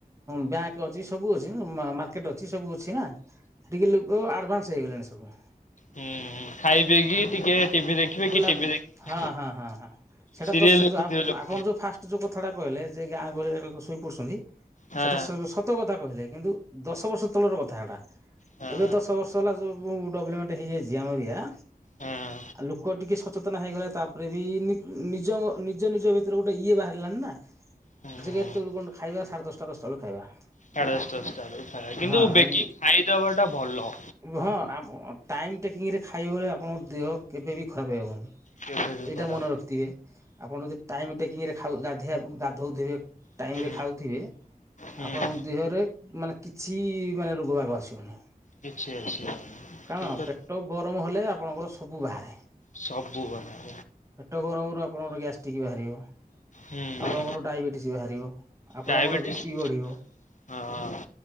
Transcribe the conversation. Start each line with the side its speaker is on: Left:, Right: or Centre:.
Right: ବ୍ୟାଙ୍କ ଅଛି। ସବୁ ଅଛି ମାର୍କେଟ ଅଛି ସବୁ ଅଛି ନା। ସେ ଟିକେ ଲୋକ ଆଡଭାନ୍ସ ହେଇଗଲାଣି ସବୁ।
Left: ହୁଁଉଁ। ଖାଇ ଦେଇ କି ଟିକେ ଟିଭି ଦେଖିବେ,
Right: ବୁଲା
Left: କି ଟିଭି ଦେଖି
Right: ହଁ ହଁ ହଁ ହଁ। ସେଇଟା
Left: ସିରିଏଲ
Right: ଦଶ
Left: ଦେଖୁଥିବେ ଲୋକ
Right: ଆପଣ ଯୋଉ ଫାଷ୍ଟ ଯୋଉ କଥାଟା କହିଲେ ଯେ ଗାଁ ଗହଳିରେ ଶୋଇ ପଡୁଛନ୍ତି।
Left: ହଁ
Right: ସେଟା କଥା କହିଲେ କିନ୍ତୁ ଦଶ ବର୍ଷ ତଳର କଥାଟା।
Left: ହଁ
Right: ଏବେ ଦଶ ବର୍ଷ ସବୁଡବ୍ଲେମେଟ ହେଇଯାଇଛି ଆମର ଏରିଆ
Left: ହଁ।
Right: ଆଉ ଲୋକ ଟିକେ ସଚେତନ ହେଇଗଲେ। ତାପରେ ବି ନିଜ ନିଜ ନିଜ ଭିତରେ ଗୋଟେ ଇଏ ବାହାରିଲାନି ନା।
Left: ସାଢେ
Right: ଯେ ଏତେବେଳ କ ଖାଇବା? ସାଢେ ଦଶଟ ଦଶା ବେକୁ ଖାଇବା।
Left: ସାଢ଼େ ଦଶ ଦଶଟା ବେଳକୁ ଖାଇବା। କିନ୍ତୁ
Right: ହଁ
Left: ବେଗି
Right: ଏମିତି
Left: ଖାଇଦବା ଟା ଭଲ।
Right: ହଁ। ଟାଇମ ଟେକିଂରେ ଖାଇବ ବଳେ ଆପଣଙ୍କ ଦେହ କେବେବି ଖରାପ ହେବନି।
Left: କେବେ ବି
Right: ଏଇଟା
Left: ଖରାପ
Right: ମନେ ରଖିଥିବେ। ଆପଣ ଯଦି ଟାଇ ଟେକିଂରେ ଗାଧିଆ ଗାଧଉଥିବେ, ଟାଇମ
Left: ହୁଁ
Right: ରେ ଖାଉଥିବେ,
Left: ହୁଁ
Right: ଆପଣଙ୍କ ଦେହରେ ମାନେ କିଛି ମାନେ ରୋଗ ବାଗ ଆସିବନି।
Left: କିଛି ଆସିବନି।
Right: କାରଣ
Left: ଠିକ
Right: ପେଟ ଗରମ ହେଲେ ଆପଣଙ୍କର ସବୁ ବାହାରେ।
Left: ସବୁ ବାହାରେ।
Right: ପେଟ ଗରମରୁ ଆପଣଙ୍କର ଗ୍ୟାସ୍ ଟିକ ବାହାରିବ।
Left: ହୁଁ
Right: ଆପଣଙ୍କର ଡାଇବେଟିସ୍ ବାହାରିବ। ଆପଣଙ୍କର
Left: ଡାଇବେଟିସ୍
Right: ବି ପି ବଢିବ।
Left: ହଁ।